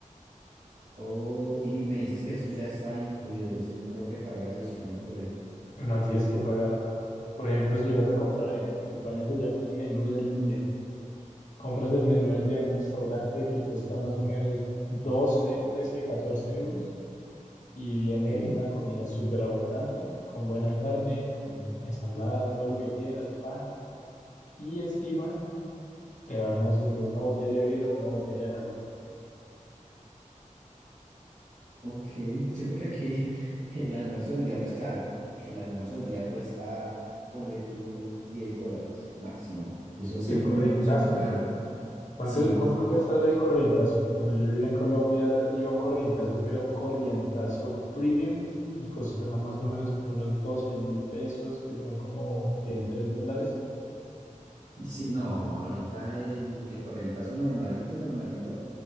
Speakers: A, on the right; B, on the left.
A: Oh, y me dices que eso ya está incluido, es decir, no tengo que pagar adicional por él.
B: No tienes que pagar nada. Por ejemplo, si vas a comprar
A: No,
B: en,
A: pues
B: en España
A: genial.
B: se llama el menú del día. Compras el menú
A: Menú
B: del día
A: del
B: en un restaurante
A: día.
B: que cuesta más o menos 12 13 14 euros y viene
A: Ok,
B: una comida súper abundante, con buena carne, con ensalada, todo lo que quieras, pan y encima te van a dar siempre una botella de vino, una botella de agua.
A: ok. Sí, porque aquí <laughs> el almuerzo del día, pues claro, el almuerzo del día cuesta, ponle tú 10 dólares máximo. Y eso siendo
B: El corrientazo
A: un almuerzo muy caro.
B: ¿Cuánto,
A: Sí,
B: cuánto cuesta ahora el corrientazo? Cuando yo vivía en Colombia, iba a un corrientazo que era un corrientazo premium y costaba más o menos como unos doce mil pesos, que son como que
A: mm,
B: tres dólares.
A: sí, no, ahorita el, el correntazo normalito, normalito,